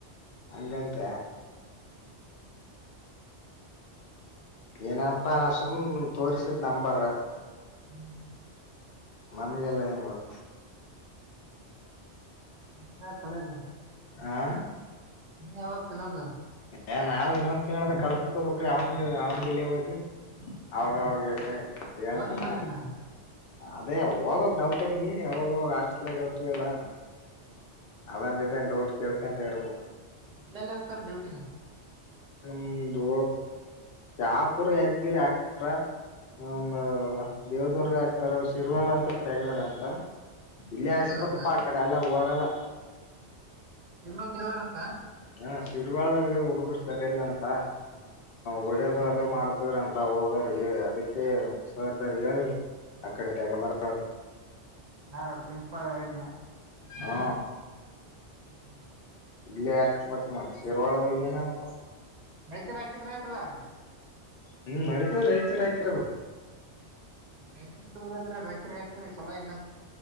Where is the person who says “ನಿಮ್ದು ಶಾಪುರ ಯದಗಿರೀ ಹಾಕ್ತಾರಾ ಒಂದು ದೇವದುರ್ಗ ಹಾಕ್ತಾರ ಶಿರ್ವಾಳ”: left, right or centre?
Left